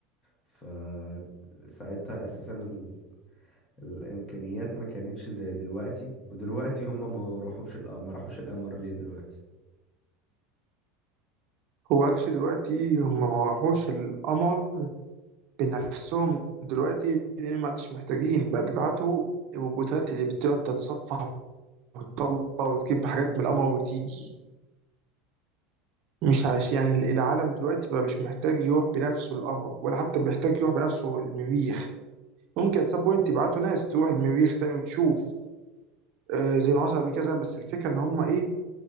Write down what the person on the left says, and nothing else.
فساعتها أساسا ال... الإمكانيات ما كانتش زي دلوقتي ودلوقتي هما ما راحوش القمر ما راحوش القمر ليه دلوقتي
طب